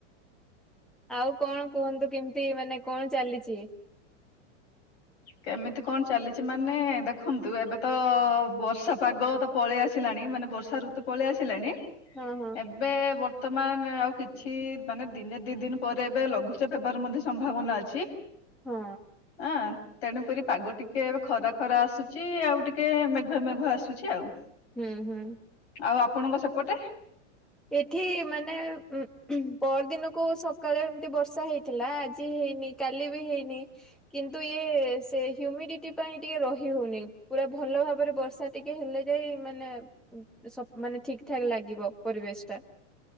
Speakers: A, in the centre; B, on the left.
A: ଆଉ କଣ କୁହନ୍ତୁ କେମିତି ମାନେ କଣ ଚାଲିଛି?
B: କେମିତି କଣ ଚାଲିଛି ମାନେ ଦେଖନ୍ତୁ, ଏବେ ତ ବର୍ଷା ପାଗ ତ ପଳେଇ ଆସିଲାଣି ମାନେ ବର୍ଷା ଋତୁ ପଳେଇ ଆସିଲାଣି
A: ହଁ ହଁ।
B: ଏବେ ବର୍ତ୍ତମାନ ଆଉ କିଛି ମାନେ ଦିନେ ଦି ଦିନ ପରେ ଏବେ ଲଘୁଚାପ ହେବାର ମଧ୍ୟ ସମ୍ଭାବନା ଅଛି।
A: ହଁ
B: ଆଁ। ତେଣୁକରି ପାଗ ଟିକେ ଏବେ ଖରା ଖରା ଆସୁଛି ଆଉ ଟିକେ ମେଘୁଆ ମେଘୁଆ ଆସୁଛି ଆଉ।
A: ହୁଁ ହୁଁ।
B: ଆଉ ଆପଣଙ୍କ ସେପଟେ?
A: ଏଠି ମାନେ ଉଁ ହୁଁ ପହର ଦିନକୁ ସକାଳେ ଏମିତି ବର୍ଷା ହେଇଥିଲା, ଆଜି ହେଇନି। କାଲି ବି ହେଇନି, କିନ୍ତୁ ଇଏ ସେ ହ୍ୟୁମିଡିଟି ପାଇଁ ଟିକେ ରହି ହଉନି। ପୁରା ଭଲ ଭାବରେ ବର୍ଷା ଟିକେ ହେଲେ ଯାଇ ମାନେ ସ ମାନେ ଠିକ ଠାକ୍ ଲାଗିବ। ପରିବେଶ ଟା